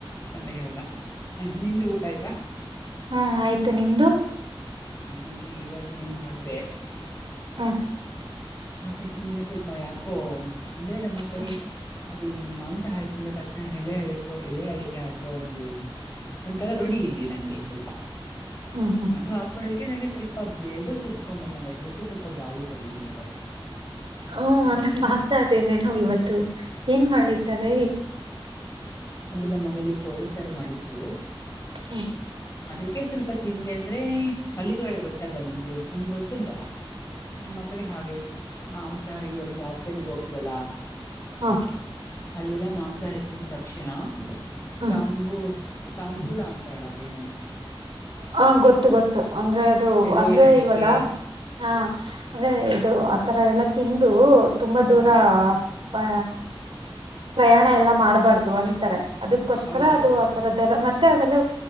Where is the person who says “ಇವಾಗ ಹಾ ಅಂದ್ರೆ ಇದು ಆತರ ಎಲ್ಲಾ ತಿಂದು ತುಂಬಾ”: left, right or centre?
Right